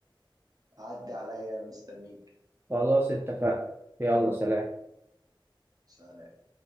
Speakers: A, on the right; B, on the right.
A: عدي عليا أنا مستنيك
B: خلاص اتفقنا يلا سلام
A: سلام